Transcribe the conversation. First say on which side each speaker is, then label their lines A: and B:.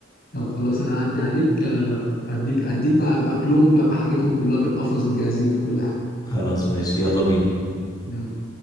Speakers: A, on the left (about 50°); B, on the left (about 20°).
A: طب خلاص انا هعدي عليك آه، اديك اديك بقى باكلهم بقى بحاجتهم كلها بالقفص وجاهزين بكل حاجه
B: خلاص ماشي يلا بينا
A: يلا